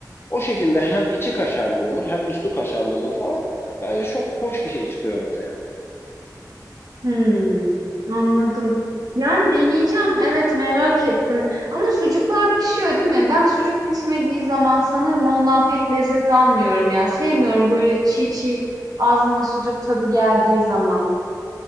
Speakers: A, on the left; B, on the right.
A: o şekilde hem içi kaşarlı olur hem üstü kaşarlı olur falan bence çok hoş bir şey çıkıyor ortaya.
B: Hmm anladım. Yani deneyeceğim. Evet, merak ettim ama sucuklar pişiyor, değil mi? Ben sucuk pişmediği zaman sanırım ondan pek lezzet almıyorum ya. Sevmiyorum böyle çiğ çiğ ağzıma sucuk tadı geldiği zaman.